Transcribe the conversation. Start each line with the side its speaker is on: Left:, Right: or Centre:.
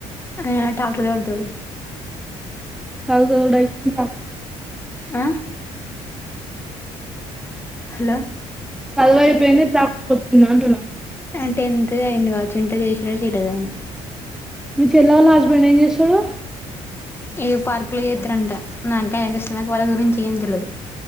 Left: యా ట్రాక్టర్ తోలుతుడు.
Centre: కలు దోలుడు అయిపోయిందిరా?
Left: ఆ హలో
Centre: చదువైపోయింది ట్రాక్టర్ తోలుతున్న అంటున్నా
Left: అంటే ఇంతగా ఏంది వాడు చింత చేసినడా చేయలేదా అని.
Centre: మీ చెల్లి వాళ్ళ హస్బెండ్ ఏం చేస్తడు?
Left: ఏ పార్కులు చేత్తారంట. నాక్ గాని ఏం తెలుసు నాకు వాళ్ల గురించి ఏం తెల్వదు.